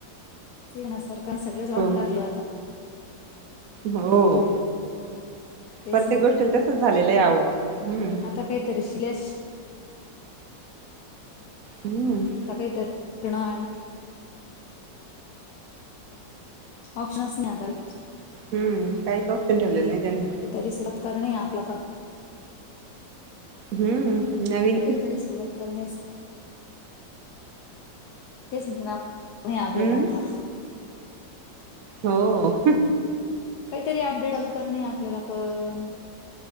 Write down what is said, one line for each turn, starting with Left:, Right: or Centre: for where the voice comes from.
Left: ते ना सरकार सगळेंच वाढून
Right: सोन
Left: टाकलं आता.
Right: हो.
Left: तेच
Right: प्रत्येक
Left: आहे ना
Right: गोष्टीला तसच झालेलं आहे आव. हम्म.
Left: आता काही तरीशिलेच.
Right: हम्म.
Left: आता काहीतरी शिकणं आणि ऑप्शन्स नाही आता <unintelligible>
Right: हम्म. काहीच ऑपशन ठेवलेलं नाही त्यांनी.
Left: तरी सुरुवात करणे आपला पण
Right: हम्म. नवीन
Left: काहीतरी सुरुवात करणेस तेच म्हते ना आपल्याला
Right: हम्म
Left: आता.
Right: हो.
Left: काहीतरी अपडेट चालू करणे आपल्याला पण.